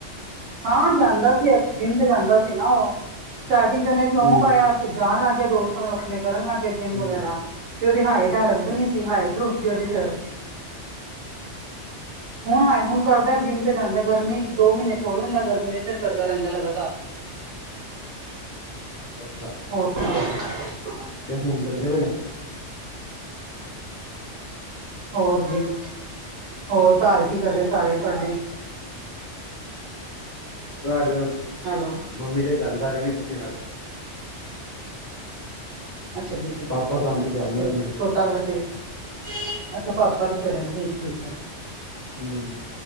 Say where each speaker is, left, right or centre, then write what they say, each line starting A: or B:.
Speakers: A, on the right; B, on the left.
A: ਹਾਂ ਜਾਂਦਾ ਸੀ ਜਿੰਮ ਤੇ ਜਾਂਦਾ ਸੀ ਨਾ ਉਹ। ਸਟਾਰਟਿੰਗ ਚ ਉਹਨੂੰ ਇਹ ਸ਼ੌਂਕ
B: ਹੂੰ,
A: ਆਇਆ ਜਾਣ ਲੱਗ ਗਏ ਦੋਸਤਾਂ ਨਾਲ ਆਪਣੇ ਕਰਨ ਲੱਗ ਗਏ ਜਿੰਮ
B: ਹੂੰ।
A: ਵਗੈਰਾ। ਤੇ ਉਹਦੀ ਹਾਈਟ ਹਲੇ ਵਧਣੀ ਸੀ। ਹਾਈਟ ਰੁਕ ਗਈ ਉਹਦੀ ਫਿਰ ਹੁਣ ਹਾਏ ਹੁਣ ਕਰਦਾ ਜਿੰਮ ਜਾਂਦਾ ਗਰਮੀ ਦੋ ਮਹੀਨੇ ਛੋੜ੍ਹ ਦਿੰਦਾ ਗਰਮੀ ਦੇ, ਫਿਰ ਕਰਦਾ ਰਹਿੰਦਾ ਲਗਾਤਾਰ।
B: ਅੱਛਾ।
A: ਹੋਰ ਸੁਣਾਓ <unintelligible>
B: ਤੇ ਹੁਣ ਕਰਦੇ ਪਏ ਨੇਂ।
A: ਹੋਰ ਜੀ, ਹੋਰ ਘਰ ਕੀ ਕਰਦੇ ਸਾਰੇ ਤੁਹਾਡੇ।
B: ਘਰ
A: ਹੈਲੋ
B: ਮੰਮੀ ਤੇ ਗੱਲ ਕਰ ਰਹੇ ਨੇਂ ਕਿਸੇ ਨਾਲ।
A: ਅੱਛਾ <unintelligible>
B: ਪਾਪਾ ਕੰਮ ਤੇ ਜਾਣ ਵਾਲੇ ਨੇ,
A: ਛੋਟਾ <inaudible> <unintelligible> ਅੱਛਾ ਪਾਪਾ ਦੇ <unintelligible> ਠੀਕ ਐ।
B: ਹਂ,